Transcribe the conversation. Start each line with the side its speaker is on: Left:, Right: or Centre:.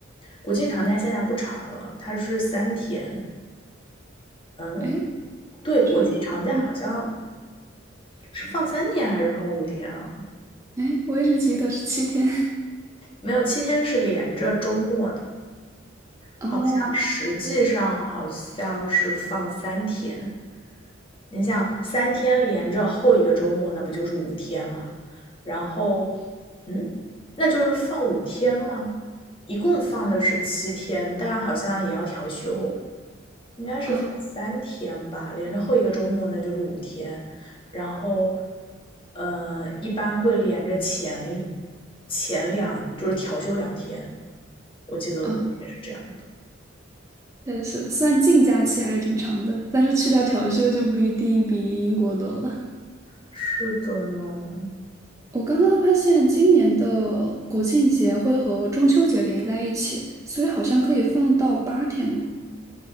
Left: 国庆长假现在不长了，它是三天。嗯，
Right: 哎，
Left: 对，国庆长假好像
Right: 是，嗯，
Left: 是放三天还是放五天啊？
Right: 哎，我一直记得是七天。
Left: 没有，七天是连着周末的，
Right: <laughs> 哦，
Left: 好像实际上好像是放三天。你想三天连着后一个周末，那不就是五天嘛？然后，嗯，那就是放五天吗？一共放的是七天，但好像也要调休，应该是放三天吧，
Right: 啊
Left: 连着后一个周末那就是五天。然后，呃，一般会连着前前两，就是调休两天，我记得过也是这样的。
Right: 啊，确实是，虽然净假期还是挺长的，但是去掉调休就不一定比英国多了。
Left: 是的呢。
Right: 我刚刚发现今年的国庆节会和中秋节连在一起，所以好像可以放到八天呢。